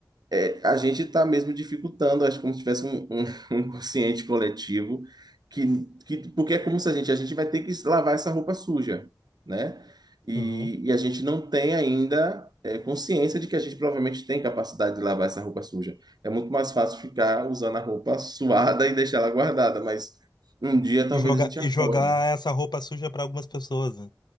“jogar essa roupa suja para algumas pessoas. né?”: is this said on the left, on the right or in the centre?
Left